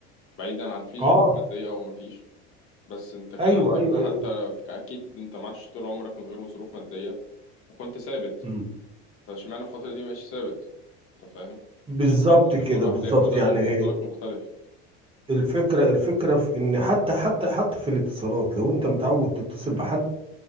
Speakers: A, on the left; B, on the right.
A: بعيدا عن في
B: اه
A: ظروف مادية أو مفيش بس أنت كان
B: ايوه
A: عندك
B: ايوه
A: حتى
B: ايوه
A: في- أكيد أنت ما عادش طول عمرك من غير ظروف مادية وكنت ثابت
B: مم.
A: فاشمعنى الفترة دي مبقتش ثابت أنت فاهم؟
B: بالظبط
A: أه لأن
B: كده
A: كل واحد
B: بالظبط
A: هياخدها
B: يعني
A: من منطلق
B: هي
A: مختلف
B: الفكره الفكره في ان حتى حتى حتى في الاتصالات لو انت متعود تتصل بحد